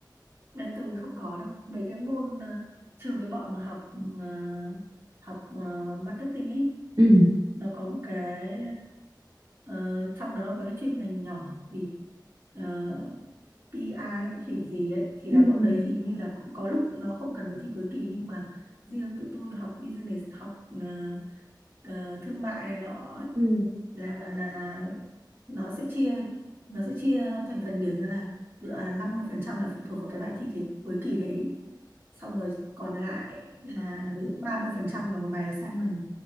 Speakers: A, on the right; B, on the right.
A: nên tôi không có đâu mấy cái môn ờ, trừ cái bọn mà học ờ, học ờ, marketing ấy
B: ừ
A: nó có một cái ờ, ờ, trong đó nó có cái chuyên ngành nhỏ gì uh, PI a hay khỉ gì ấy thì
B: ừ
A: là bọn
B: ừ
A: đấy thì như là cũng có lúc tụi nó không cần phải thi cuối kỳ nhưng mà riêng tụi tôi học business học ờ, ờ, thương mại này nọ ấy,
B: ừ
A: là là là nó sẽ chia nó sẽ chia thành phần điểm ra là dự án 50% là phụ thuộc vào cái bài thi cái, cuối kỳ đấy xong rồi còn lại là ví dụ 30% là một bài assignment